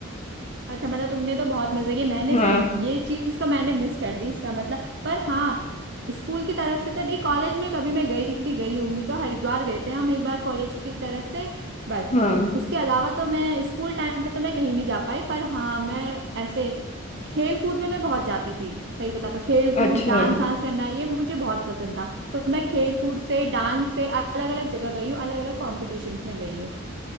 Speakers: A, on the right; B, on the left.
A: अच्छा मतलब तुमने तो बहुत मजे किए मैंने
B: हाँ
A: सिर्फ ये चीज तो मैंने मिस कर दी इसका मतलब पर हाँ स्कूल की तरफ से तो नहीं कॉलेज में कभी मैं गई थी गई होंगी तो हरिद्वार गए थे हम एक बार कॉलेज की तरफ से बस
B: हाँ
A: उसके अलावा तो मैं स्कूल टाइम पे तो मैं कहीं नहीं जा पाई पर हाँ मैं ऐसे खेल कूद में मैं बहुत जाती थी सही बता तो खेल कूद
B: अच्छा
A: डांस वांस करना ये मुझे बहुत पसंद था तो मैं खेल कूद से डांस से अलग अलग जगह गई हूँ अलग अलग कॉम्पिटिशन्स में गई हूँ